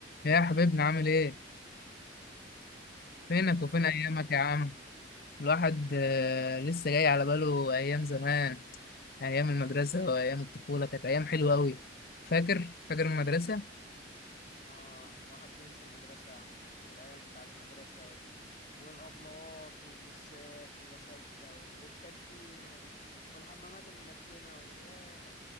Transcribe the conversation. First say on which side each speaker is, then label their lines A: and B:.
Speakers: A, on the left (about 55°); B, on the left (about 40°).
A: يا حبيبنا عامل ايه؟ فينك وفين
B: زي
A: ايامك
B: الفل والله
A: يا عم؟ الواحد آه، لسه جاي على باله ايام زمان ايام المدرسة وايام الطفولة كانت ايام حلوة قوي فاكر فاكر المدرسة؟
B: اه هو حد ينسى المدرسة يا عم والعيال بتاع المدرسة و... والأبلات والمسات والأساتذة والكانتين وال... والحمامات المنتنة وياه